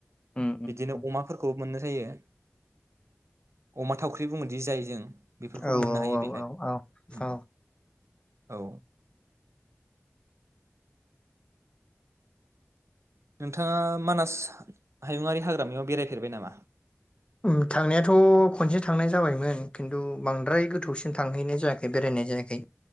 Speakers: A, on the left; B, on the right.
A: उम उम उम
B: बिदिनो अमाफोरखौ मोननो जायो अमा थावख्रि बुङोदि जाय जों बेफोरखौ
A: औ
B: मोननो
A: औ
B: हायो बेहाय
A: औ औ
B: उम।
A: औ
B: औ। नोंथाङा मानास हायुङारि हाग्रामायाव बेरायफेरबाय नामा?
A: उम थांनायाथ खनसे थांनाय जाबायमोन खिन्थु बांद्राय गोथौसिन थांहैनाय जायाखै बेरायनाय जायाखै।